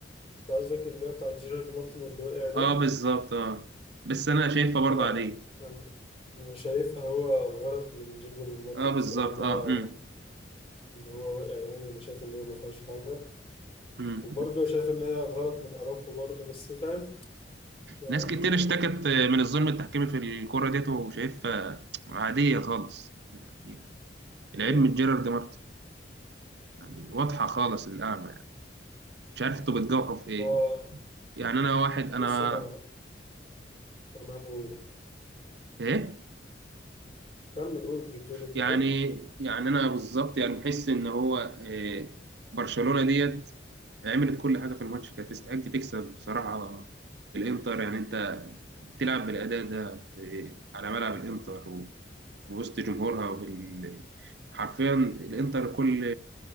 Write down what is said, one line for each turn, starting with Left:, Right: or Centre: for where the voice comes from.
Left: انت قصدك اللي هي بتاعت جيرارد مارتن اللي وقع ده
Right: اه بالظبط اه بس انا شايفها
Left: لا
Right: برضو عادية
Left: لا انا أنا شايفها هو غلط من جيرارد مارتن
Right: اه بالظبط
Left: الصراحه ان
Right: اه
Left: هو
Right: امم
Left: ان هو وقع يعني انا شايف ان هي ما فيهاش حاجه
Right: امم
Left: وبرضه شايف إن هي غلط من أراوخو برضه بس فاهم يعني
Right: ناس كتير اشتكت من الظلم التحكيمي في الكرة ديت وشايفها عادية خالص يعني العيب
Left: إيه؟
Right: من جيرارد مارتن يعني واضحة خالص للأعمى يعني مش عارف انتوا بتجوحوا في ايه
Left: آه
Right: يعني انا واحد انا
Left: بص أنا تمام قول
Right: ايه
Left: كمل قول كنت بتقول أنت
Right: يعني
Left: إيه؟
Right: يعني انا بالظبط يعني بحس ان هو إيه برشلونة ديت عملت كل حاجة في الماتش كانت تستحق تكسب بصراحة الانتر يعني انت بتلعب بالأداء ده في على ملعب الإنتر وفي وسط جمهورها وبال... حرفيا الإنتر كل